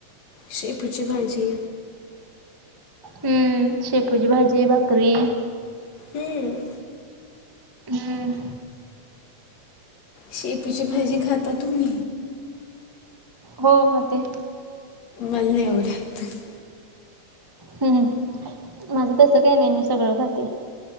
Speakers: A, on the left; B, on the right.
A: शेपुची भाजी.
B: हम्म शेपूची भाजी भाकरी.
A: हम्म
B: हम्म
A: शेपुची
B: हम्म
A: भाजी खाता तुम्ही.
B: हो खाते
A: मल नाही आवडत.
B: हम् माझं तसं काही नाही मी सगळं खाते.